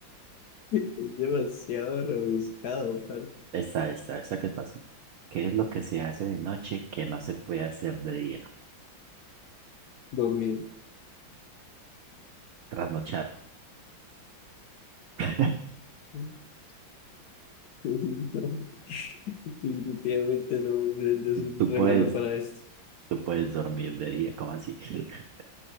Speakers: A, on the left; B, on the right.
A: es demasiado rebuscado, para
B: Esta, esta, esta que es fácil. ¿Qué es lo que se hace de noche que no se puede hacer de día?
A: Dormir.
B: Trasnochar. <laughs>
A: <laughs> No, definitivamente no, yo yo soy
B: Tú
A: re
B: puedes,
A: malo para esto.
B: tú puedes dormir de día, como así? <laughs>